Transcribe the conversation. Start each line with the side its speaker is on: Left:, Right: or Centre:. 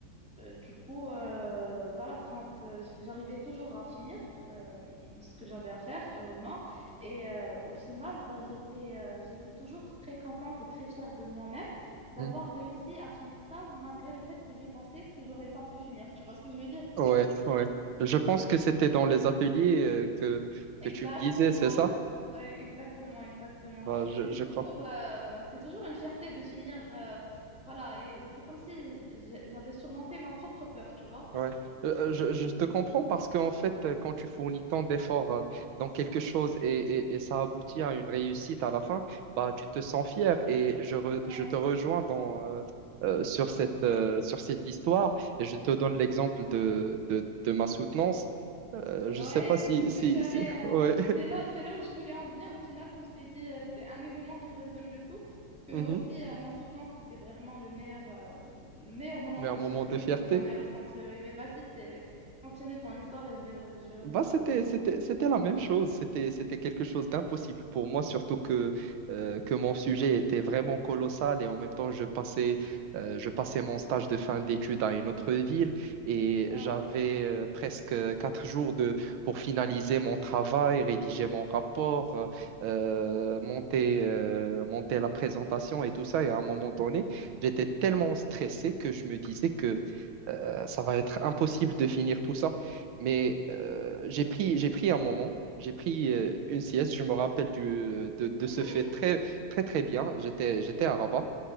Centre: euh, du coup, euh, voilà, quand euh, j- j'arrivais toujours à finir euh, ce que j'avais à faire, heureusement, et euh, au final, bah, j'étais euh, j'étais toujours très contente et très fière de moi-même d'avoir
Right: Mhm.
Centre: réussi à finir ça malgré le fait que j'ai pensé que j'aurais pas pu finir. Tu vois ce que je veux dire?
Right: Ouais, ouais. Je pense que c'était dans les ateliers euh, que,
Centre: Exactement.
Right: que tu me disais, c'est ça?
Centre: Ouais, exactement, exactement.
Right: Bah, je,
Centre: C'était
Right: je
Centre: toujours, euh, c'était toujours une fierté de finir, euh, voilà, et c'est comme si j'ai- j'avais surmonté ma propre peur, tu vois.
Right: Ouais. Euh, euh, Je, je te
Centre: Mm.
Right: comprends parce qu'en fait, euh, quand tu fournis tant d'efforts euh, dans quelque chose et, et- et ça aboutit à une réussite à la fin, bah, tu te sens fier et je, re-
Centre: Ouais.
Right: je te rejoins dans, euh, euh, sur cette, euh, sur cette histoire et je te donne l'exemple de, de, de ma soutenance. Euh, je
Centre: Ouais,
Right: ne sais pas si...
Centre: c'est ce
Right: si,
Centre: que j'allais.
Right: si... <laughs> Ouais.
Centre: euh, c'est là, c'est là où je voulais en venir. Au final, quand je t'ai dit, euh, c'est un événement qui résume le tout. Parce que
Right: Mhm.
Centre: moi aussi, euh, ma soutenance, c'était vraiment le meilleur, euh, le meilleur moment
Right: Mais
Centre: de
Right: un moment
Centre: fierté
Right: de fierté.
Centre: que j'ai jamais ressenti. Oui, mais vas-y, t'es- continue ton histoire et je vais, re- je vais revenir
Right: Bah, c'était,
Centre: à la mienne.
Right: c'était, c'était la même chose. C'était, c'était quelque chose d'impossible pour moi, surtout que, euh, que mon sujet était vraiment colossal et en même temps, je passais, euh, je passais mon stage de fin d'études à une autre ville et
Centre: Ah.
Right: j'avais euh, presque quatre jours de, pour finaliser mon travail, rédiger mon rapport, euh, monter, euh, monter la présentation et tout ça. Et à un moment donné, j'étais tellement stressé que je me disais que euh, ça va être impossible de finir tout ça. Mais euh, j'ai pris, j'ai pris un moment, j'ai pris euh, une sieste. Je me rappelle du, de, de
Centre: <laughs>
Right: ce fait très, très, très bien. J'étais, j'étais
Centre: Mhm,
Right: à Rabat